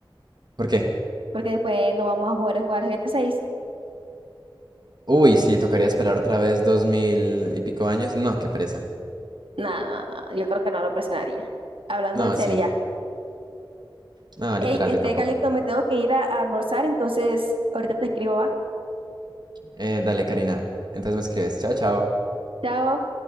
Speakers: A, on the right; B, on the right.
A: ¿Por qué?
B: Porque después no vamos a poder jugar GTA 6
A: Uy, sí, tocaría esperar otra vez dos mil y pico años. No, qué pereza.
B: No, no, no, yo creo que no lo presionaría. Hablando
A: No,
B: en serio
A: sí.
B: ya.
A: No,
B: Hey,
A: literal,
B: este
A: yo tampoco.
B: Calito, me tengo que ir a, a almorzar, entonces ahorita te escribo, ¿va?
A: Eh, dale, Karina. Entonces me escribes. Chao, chao.
B: Chao.